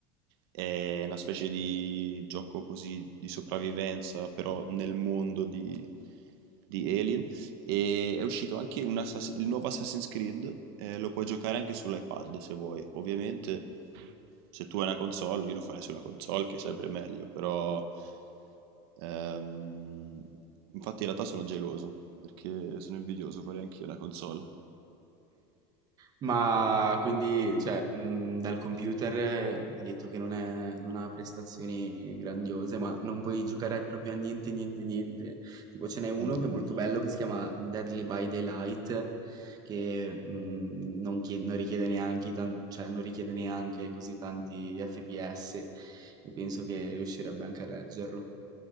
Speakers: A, on the right; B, on the right.
A: È una specie di gioco così di sopravvivenza, però nel mondo di, di Alien. E è uscito anche un Assass- il nuovo Assassin's Creed, eh, lo puoi giocare anche sull'iPad se vuoi. Ovviamente, se tu hai una console, io lo farei sulla console, che è sempre meglio, però... Ehm, infatti in realtà sono geloso, perché sono invidioso, vorrei anch'io una console.
B: ma quindi, cioè, mh, dal computer eh, mi hai detto che non è- non ha prestazioni grandiose, ma non puoi giocare proprio a niente, niente, niente. Tipo ce n'è uno
A: Mm,
B: che è molto bello che si chiama Deadly by Daylight, che mh, non, chie- non richiede neanche, tan- cioè, non richiede neanche così tanti FPS e penso che riuscirebbe anche a reggerlo.